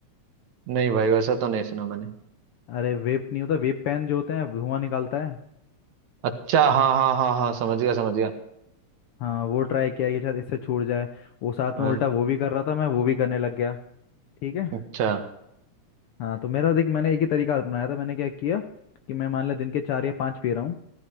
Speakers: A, on the right (about 75°); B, on the left (about 75°).
A: नहीं भाई वैसा तो नहीं सुना मैंने
B: अरे वेप नहीं होता वेप पेन जो होते हैं धुआं निकालता है
A: अच्छा हाँ हाँ हाँ हाँ समझ गया समझ गया
B: हाँ वो ट्राई किया कि शायद इससे छूट जाए वो साथ
A: हाँ
B: में उल्टा वो भी कर रहा था मैं वो भी करने लग गया ठीक है
A: अच्छा
B: हाँ तो मेरा देख मैंने एक ही तरीका अपनाया था मैंने क्या किया कि मैं मान लिया दिन के चार या पाँच पी रहा हूँ